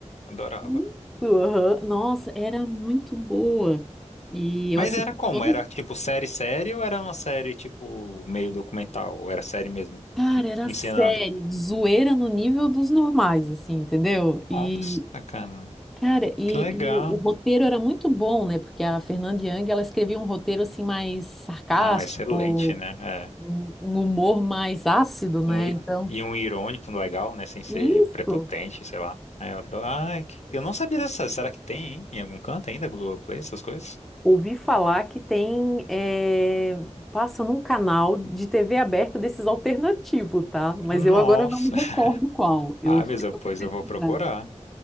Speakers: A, on the left; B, in the centre.
A: Adorava.
B: Isso, aham. Nossa, era muito boa. E eu
A: Mas
B: assisti
A: era como?
B: todas.
A: Era tipo série série ou era uma série tipo meio documental? Ou era série mesmo?
B: Cara,
A: Te, te
B: era sério,
A: ensinando?
B: zoeira no nível dos normais, assim, entendeu? E,
A: Nossa, cara.
B: cara, e,
A: Que legal.
B: e o, o roteiro era muito bom, né? Porque a Fernanda Young, ela escrevia um roteiro, assim, mais sarcástico,
A: Não, excelente, né? É.
B: um, um humor mais ácido, né?
A: Um, i-
B: Então,
A: e um irônico legal, né? Sem ser
B: isso.
A: prepotente, sei lá. Aí eu adoro. Ai, que- eu não sabia dessa. Será que tem, hein? Em algum canto ainda? Globoplay, essas coisas?
B: Ouvi falar que tem, eh, passa num canal de TV aberta desses alternativos, tá? Mas
A: Nossa.
B: eu agora não me recordo
A: <laughs>
B: qual.
A: Ah,
B: Eu sei
A: mas eu,
B: que
A: pois
B: eu fui pesquisar.
A: eu vou procurar.